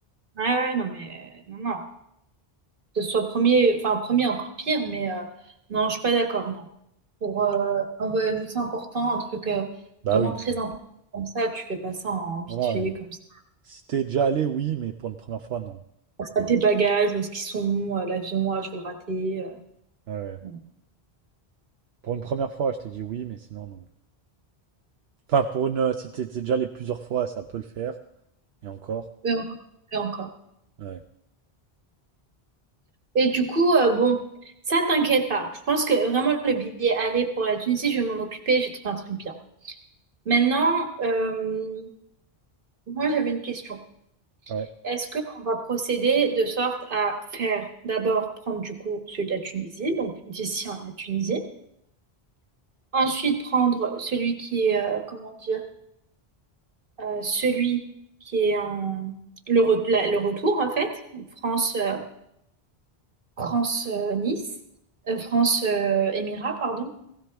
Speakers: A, on the right; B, on the right.
A: Ouais, ouais, non, mais non, non. que ce soit premier, enfin premier encore pire, mais euh, non, je suis pas d'accord, non. Pour euh, un voyage aussi important, un truc euh,
B: Bah
A: vraiment
B: oui.
A: très
B: oui.
A: important comme ça, tu fais pas ça en vite
B: Non, non,
A: fait,
B: euh,
A: comme ça.
B: si t'es déjà allé, oui, mais pour une première fois, non.
A: Pense à tes bagages, où est-ce qu'ils sont, euh, l'avion, ah, je vais le rater. euh,
B: Ouais, ouais.
A: voilà.
B: Pour une première fois, je t'ai dit oui, mais sinon, non. Enfin, pour une. euh, Si t'es t'es déjà allé plusieurs fois, ça peut le faire. Et encore.
A: et encore. Et encore.
B: Ouais.
A: Et du coup, euh, bon, ça t'inquiète pas. Je pense que vraiment le billet aller pour la Tunisie, je vais m'en occuper, j'ai trouvé un truc bien. Maintenant, euh, moi j'avais une question.
B: Ouais.
A: Est-ce qu'on va procéder de sorte à faire d'abord prendre du coup celui de la Tunisie, donc d'ici à la Tunisie, ensuite prendre celui qui est, euh, comment dire, euh, celui qui est en le, re- la- le retour en fait, donc France, euh, France euh, Nice, euh, France euh, Émirat, pardon,